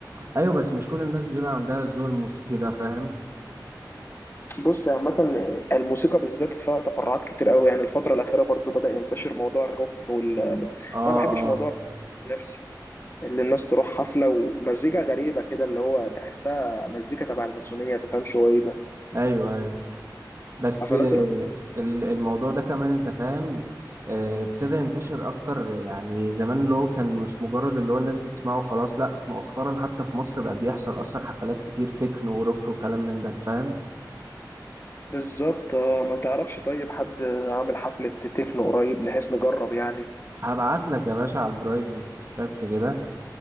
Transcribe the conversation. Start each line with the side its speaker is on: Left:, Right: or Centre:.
Right: ايوه بس مش كل الناس بيبقى عندها الذوق الموسيقي ده فاهم
Left: بص عامة الموسيقى بالذات فيها تفرعات كتير قوي يعني الفترة الأخيرة برضو بدأ ينتشر موضوع الروك وال أنا
Right: اه
Left: ما بحبش
Right: اه
Left: موضوع النفسي اللي الناس تروح حفلة ومزيكا غريبة كده اللي هو تحسها مزيكا تبع الماسونية تفهمش هو ايه ده
Right: ايوه ايوه بس
Left: حفلات
Right: آه، ال- الموضوع ده كمان انت فاهم آه، ابتدى ينتشر اكتر يعني زمان اللي هو كان مش مجرد اللي هو الناس بتسمعه خلاص لا مؤخرا حتى في مصر بقى بيحصل اصلا حفلات كتير تكنو وروك وكلام من ده فاهم
Left: بالظبط آه، ما تعرفش طيب حد عامل حفلة تكنو قريب نحيث نجرب يعني
Right: هبعت لك يا باشا على البرايفت بس كده